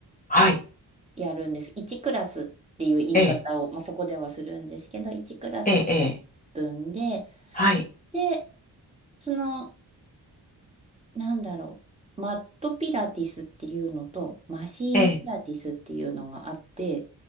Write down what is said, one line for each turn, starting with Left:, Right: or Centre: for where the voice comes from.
Left: はい、
Right: やるんです。1クラスっていう言い方を、
Left: ええ、
Right: まあ、そこではするんですけど、1クラス50分で、
Left: ええ、ええはい、
Right: で、その、なんだろう、マットピラティスっていうのと、マシーンピラティスっていうのがあって、
Left: ええ、